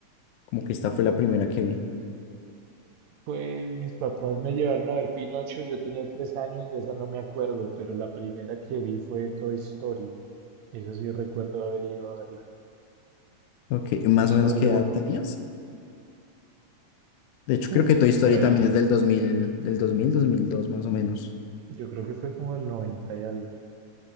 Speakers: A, on the left; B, on the right.
A: Como que esta fue la primera que vi.
B: Pues mis papás me llevaron a ver Pinocho, yo tenía tres años, de eso no me acuerdo, pero la primera que vi fue Toy Story. Eso sí recuerdo haber ido a verla.
A: Ok, más
B: Toy Story
A: o menos qué
B: uno.
A: edad tenías. De hecho,
B: Uf,
A: creo que Toy Story
B: por ahí,
A: también es del 2000, del 2000, 2002, más o menos.
B: yo creo que fue como el 90 y algo.